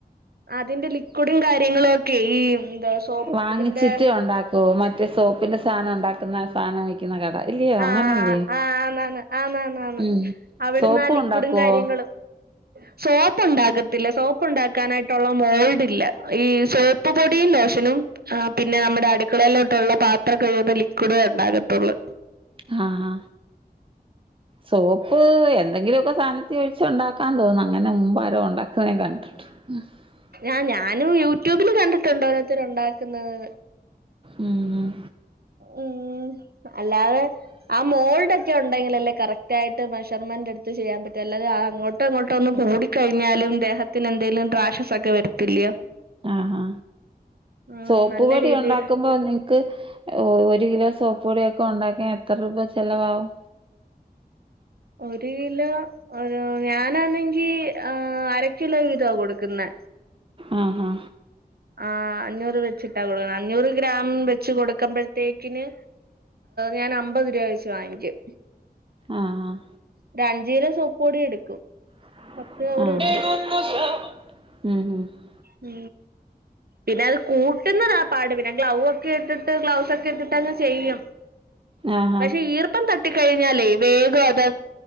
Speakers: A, on the right (about 70°); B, on the right (about 35°).
A: അതിന്റെ ലിക്വിഡും കാര്യങ്ങളും ഒക്കെ ഈ എന്താ സോപ്പ്
B: വാങ്ങിച്ചിട്ട്
A: ഇതിന്റെ
B: ഉണ്ടാക്കോ മറ്റ സോപ്പിന്റെ സാനം ഉണ്ടാക്കുന്ന സാനം വി ക്കുന്ന കട. ഇല്ലയോ
A: ആഹ്
B: അങ്ങനല്ലേ
A: ആഹ് ആന്നാന്ന് ആന്നാന്നാന്ന്
B: ഉം
A: അവിടുന്ന്
B: സോപ്പും
A: ആ ലിക്വിഡും
B: ഉണ്ടാക്കുവോ?
A: <inaudible> സോപ്പ് ഉണ്ടാക്കത്തില്ല. സോപ്പ് ഉണ്ടാക്കാനായിട്ടുള്ള മോൾഡ് ഇല്ല ഈ സോപ്പ് പൊടിയും ലോഷനും ആഹ് പിന്നെ നമ്മുടെ അടുക്കളയിലോട്ട് ഉള്ള പാത്രം കഴിയുമ്പൊ ലിക്വിഡോ ഉണ്ടാക്കത്തുള്ളൂ
B: ഹാ ഹാ സോപ്പ് എ ന്തെങ്കിലുമൊക്കെ സാനത്തി വെച്ച് ഉണ്ടാക്കാംന്ന് തോന്ന് അങ്ങനെ മുമ്പ് ആരോ ഉണ്ടാക്കുന്നേ ഞാൻ കണ്ട്ട്ടുണ്ട്. <unintelligible>
A: ഞാ ഞാനും യൂട്യൂബില് കണ്ടിട്ടുണ്ട് ഓരോരുത്തരു ഉണ്ടാക്കുന്നത്.
B: ഉം ഉം
A: ഉം അല്ലാതെ ആ മോൾഡ് ഒക്കെ ഉണ്ടെങ്കിലല്ലേ കറക്റ്റ് ആയിട്ട് മെഷർമെന്റ് എടുത്ത് ചെയ്യാൻ പറ്റാ അല്ലാഞ്ഞാ അതങ്ങോട്ടോ ഇങ്ങോട്ടോ ഒന്നു കൂടി കഴിഞ്ഞാലും ദേഹത്തിന് എന്തേലും റാഷസൊക്കെ വരത്തില്ലയോ.
B: ആഹാ
A: ഉം
B: സോപ്പ്പൊടി
A: നല്ല രീതിയില്
B: ഉണ്ടാക്കുമ്പോ ക്ക് ഒരു കിലോ സോപ്പൊടിയൊക്കെ ഉണ്ടാക്കാ എത്ര രൂപ ചെലവാവും?
A: ഒരു കിലോ ഒരു ഞാനാണെങ്കി ആ അര കിലോ വീതാ കൊടുക്കുന്നെ
B: അഹ് അഹ്
A: ആ അഞ്ഞൂറ് വെച്ചിട്ടാ കൊടുക്കണം അഞ്ഞൂറ് ഗ്രാം വെച്ച് കൊടുക്കുമ്പ തേക്കിന് ഞാൻ അമ്പത് രൂപ വെച്ച് വാങ്ങിക്കും
B: അഹ് അഹ്
A: ഒരു അഞ്ച് കിലോ സോപ്പൊടി എടുക്കും
B: അഹ്
A: പത്ത് കവറ് കിട്ടും
B: <unintelligible>
A: ഉം പിന്നെ അത് കൂട്ടുന്നതാ പാട് പിന്നെ ഗ്ലൗ ഒക്കെ ഇട്ടിട്ട് ഗ്ലൗസ് ഒക്കെ ഇട്ടിട്ട് അങ്ങ് ചെയ്യും
B: ആഹ്
A: പക്ഷെ
B: ആഹ്
A: ഈർപ്പം തട്ടിക്കഴിഞ്ഞാലേ വേഗം അത്